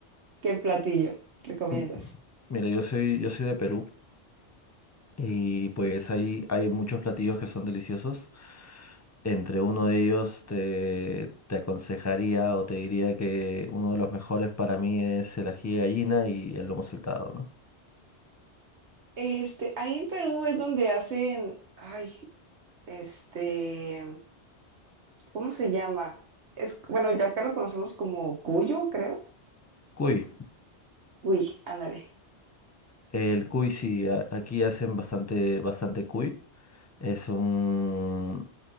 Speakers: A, on the right; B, on the left.
A: qué platillo recomiendas?
B: M- Mira, yo soy, yo soy de Perú. Y pues hay, hay muchos platillos que son deliciosos. Entre uno de ellos te, te aconsejaría o te diría que uno de los mejores para mí es el ají de gallina y el lomo saltado, ¿no?
A: Este, ahí en Perú es donde hacen, ay, este, ¿cómo se llama? Es, bueno, ya acá lo conocemos como cuyo, creo.
B: Cuy.
A: Uy, ándale.
B: El cuy sí, a- aquí hacen bastante, bastante cuy. Es un,